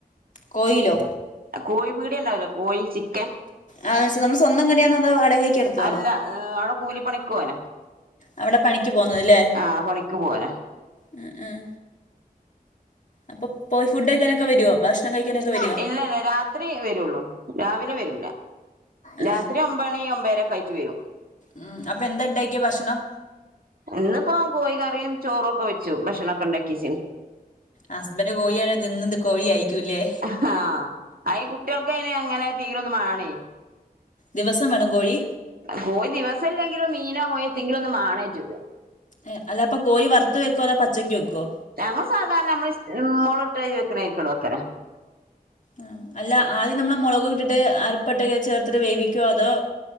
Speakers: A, on the left; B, on the right.
A: കൊയിലോ
B: കോഴി പീടിയണ്ടാവുലെ കോഴി ചിക്കൻ
A: ആ സൊ സ്വന്തം കടയാന്നോ അതോ വടകക്ക് എടുത്തോ
B: അല്ല അടെ കൂലിപണിക്ക് പോവനാ.
A: അവിടെ പണിക്ക് പോകുന്നതല്ലേ
B: ആ പണിക്ക് പോവാന.
A: ഉം ഉം അപ്പൊ പോയി ഫുഡ്കഴിക്കാനൊക്കെ വരോ ഭ ഭക്ഷണം കഴിക്കാനൊക്കെവെരോ
B: ഇല്ലല്ല രാ ത്രിയെ വരുള്ളൂ രാവിലെ വരൂല
A: ആ
B: രാത്രി ഒമ്പണി ഒമ്പരക്കായ്റ്റ് വരും
A: ഉം അപ്പ എന്താണ്ടാക്കിയെ ഭക്ഷണം
B: ഇന്നിപ്പോ കോയികറിം ചോറും ക്കെ വെച്ചു ഭക്ഷണൊക്കെ ഉണ്ടാക്കിച്ണ്
A: ഹസ്ബന്റ് കോഴിയാണ് ത്ന്ന് എന്നുംത് കോഴി ആയിക്കൂല്ലേ
B: ആഹ് അയിന് കുട്ടിൾക്കയിന് അങ്ങനെ തീലൊന്ന് മാണെയ്
A: ദിവസം വേണോ കോഴി?
B: കോയി ദിവസല്ലെങ്കിലും മീനാ കൊയോ എത്തേങ്കിലും ഒന്ന് മാണേറ്റക്ക്
A: എ അല്ല അപ്പോ പോഴി വറുത്ത് വയ്ക്കോ അതോ പച്ചക്ക് വയ്ക്കോ
B: ഞങ്ങള് സാധാരണ നമ്മള് മൊള്ട്ട് രി വെക്കണരി വെക്കല
A: ആ അല്ല ആദ്യം നമ്മള മുളക് ഇട്ടിട്ട് അരിപ്പട്ട ചേർത്തിട്ട് വേവിക്കോ അതോ